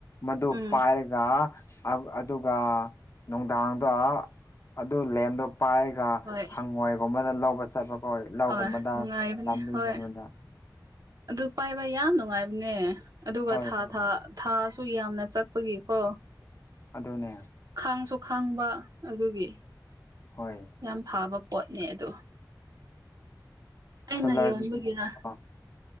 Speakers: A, on the left; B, on the right.
A: ꯃꯗꯨ
B: ꯎꯝ
A: ꯄꯥꯏꯔꯒ ꯑꯗꯨꯒ ꯅꯨꯡꯗꯥꯡꯗꯣ ꯑꯗꯨ ꯂꯦꯝꯗꯣ ꯄꯥꯏꯔꯒ
B: ꯍꯣꯏ
A: ꯍꯪꯉꯣꯏꯒꯨꯝꯕꯗ ꯂꯧꯕ ꯆꯠꯄꯒꯣ ꯂꯧꯒꯨꯝꯕꯗ
B: ꯍꯣꯏ ꯅꯨꯡꯉꯥꯏꯕꯅꯦ
A: ꯂꯝꯕꯤꯒꯨꯝꯕꯗ
B: ꯍꯣꯏ ꯑꯗꯨ ꯄꯥꯏꯕ ꯌꯥꯝ ꯅꯨꯡꯉꯥꯏꯕꯅꯦ ꯑꯗꯨꯒ
A: ꯍꯣꯏ
B: ꯊꯥ
A: ꯍꯣꯏ
B: ꯊꯥ ꯊꯥꯁꯨ ꯌꯥꯝꯅ ꯆꯠꯄꯒꯤꯀꯣ
A: ꯑꯗꯨꯅꯦ
B: ꯈꯥꯡꯁꯨ ꯈꯥꯡꯕ ꯑꯗꯨꯒꯤ
A: ꯍꯣꯏ
B: ꯌꯥꯝ ꯐꯥꯕ ꯄꯣꯠꯅꯦ ꯑꯗꯣ ꯑꯩꯅ
A: ꯁꯣꯂꯔꯒꯤꯗꯤ
B: ꯌꯣꯟꯕꯒꯤꯔ
A: ꯑꯣ